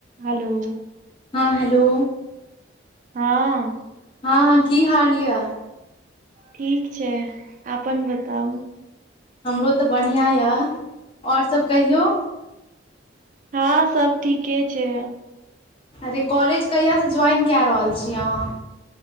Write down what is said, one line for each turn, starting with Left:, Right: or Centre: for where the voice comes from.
Right: हलो
Left: हँ हेलो
Right: हँ
Left: हँ-हँ की हाल यऽ।
Right: ठीक छै आपन बताउ।
Left: हमरो तऽ बढ़ियां यऽ, आओर सभ कहियौ
Right: हँं सब ठीके छै।
Left: अरे कॉलेज कहियासँ ज्वाइन कए रहल छी अहाँ